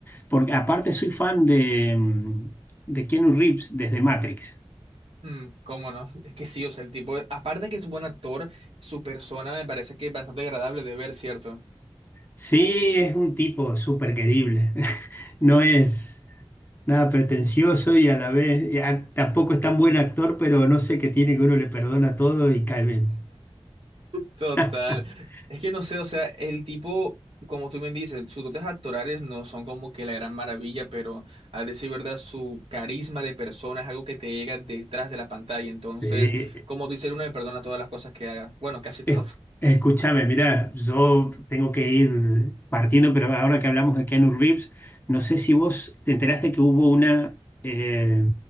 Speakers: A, on the left; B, on the right.
A: porque aparte soy fan de, mm, de Keanu Reeves desde Matrix.
B: Mm, ¿cómo no? <laughs> Es que sí, o sea, el tipo, aparte de que es un buen actor, su persona me parece que es bastante agradable de ver, ¿cierto?
A: Sí, es un tipo súper querible. <laughs> No es nada pretencioso y a la vez y a- tampoco es tan buen actor, pero no sé qué tiene que uno le perdona todo y cae bien.
B: Total.
A: <laughs>
B: Es que no sé, o sea, el tipo, como tú bien dices, sus dotes actorales no son como que la gran maravilla, pero a decir verdad, su carisma de persona es algo que te llega detrás de la pantalla. Entonces,
A: Sí.
B: como dice uno, le perdona todas las cosas que haga. Bueno, casi <laughs>
A: Es-
B: todo.
A: Escúchame, mira, yo tengo que ir partiendo, pero ahora que hablamos de Keanu Reeves, no sé si vos te enteraste que hubo una eh,